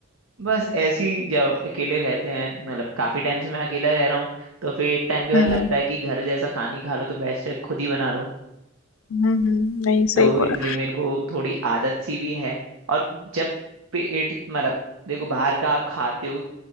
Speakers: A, on the right (about 90°); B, on the left (about 70°).
A: बस ऐसे ही जब अकेले रहते हैं मतलब काफी टाइम से मैं अकेला रह रहा हूँ तो फिर एक टाइम के बाद
B: हम्म
A: लगता
B: हम्म
A: है कि घर जैसा खाना ही खा लो तो बेस्ट है खुद ही बना लो
B: हम्म हम्म, नहीं
A: तो
B: सही
A: वो इसलिए
B: बोला
A: मेरे को थोड़ी आदत सी भी है और जब पेट मतलब देखो बाहर का आप खाते हो